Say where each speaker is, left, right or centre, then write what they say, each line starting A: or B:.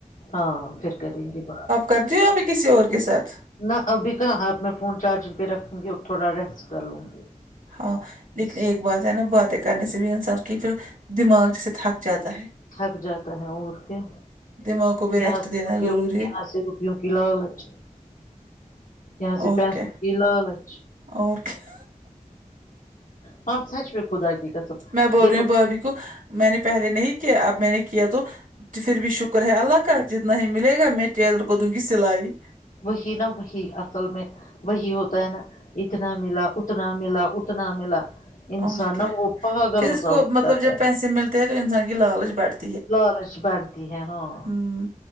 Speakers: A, on the left (about 70°); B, on the right (about 75°).
A: ہاں پھر کریں گی بات
B: کر د ہو ابھی کسی اور کے ساتھ
A: نہ ابھی کہاں آپ میں فون چارجنگ پہ رکھوں گی اور تھوڑا ریسٹ کر لوں گی
B: ہاں لیکن
A: بس
B: ایک بات ہے نا باتیں کرنے سے بھی انسان کی پھر دماغ جیسے تھک جاتا ہے
A: تھک جاتا ہے اور کیا
B: دماغ کو بھی
A: یہاں
B: ریسٹ
A: سے
B: دینا
A: رپ
B: ضروری ہے
A: یہاں سے روپیوں کی لالچ یہاں سے
B: اور
A: پیسوں
B: کیا
A: کی لالچ
B: اور کیا
A: ہاں سچ میں خدا کی کسم
B: میں بول
A: دیکھو
B: رہی ہوں بھابھی کو میں نے پہلے نہیں کیا اب میں نے کیا تو تو پھر بھی شکر ہے اللہ کا جتنا ہی ملے گا میں ٹیلر کو دوں گی سلائی
A: وہحی نا بی اصل میں وہی ہوتا ہے نا اتنا ملا اتنا ملا اتنا ملا انسان
B: اور کیا
A: نا وہ پاگل
B: پھر
A: ہو
B: اس کو
A: سا ہو
B: مطلب
A: جاتا
B: جب
A: ہے
B: پیسے ملتے ہیں تو انسان کی لالچ بٹھتی
A: لالچ بڑتی ہے ہاں
B: ہمم